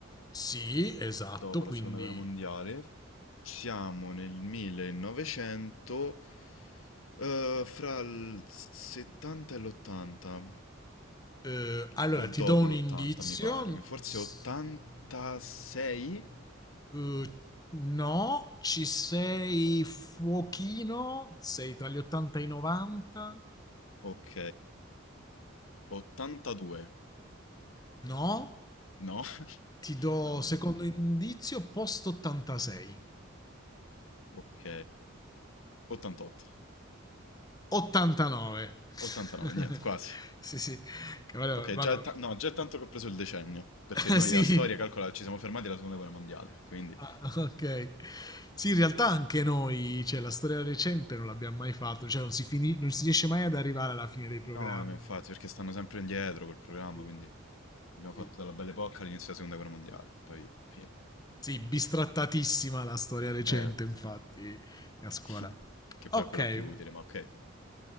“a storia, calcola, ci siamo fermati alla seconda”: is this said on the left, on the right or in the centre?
Left